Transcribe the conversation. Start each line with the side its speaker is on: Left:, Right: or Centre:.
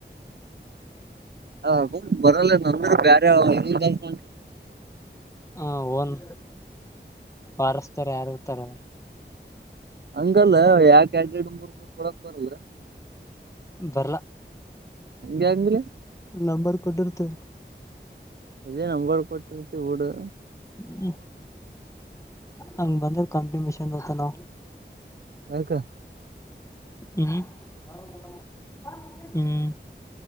Right: ಹ <unintelligible> ಬರಲ್ಲೆನು. ಅಂದ್ರ ಬ್ಯಾರೆ <unintelligible>
Left: ಹ ಓನ್ ಬಾರಸ್ತಾರೆ ಯಾರ ತರ
Right: ಹಂಗಲ್ಲ ಯಾಕೆಡೆರ್ಡು ಮೂರ್ಮೂರ್ ಕೊಡಕ್ ಬರಲ್ಲ.
Left: ಬರ್ಲ.
Right: ಹಂಗೆ ಅಂದ್ಲೆ.
Left: ನಂಬರ್ ಕೊಟ್ಟಿರ್ತ
Right: ಅದೇ ನಂಬರ್ ಕೊಟ್ಟಿರ್ತಿ ಬುಡು.
Left: ಹ್ಮ್ ಹಂಗ ಬಂದ್ರ ಕಂಪ್ನಿ ಮಿಷನ್ದದ. ಹಲೋ
Right: ಎದ್ಕ?
Left: ಅಹ್ಮ್. ಆವ್ ಕುಟಮ್ಮಾ ಬಾ. ಹ್ಮ್.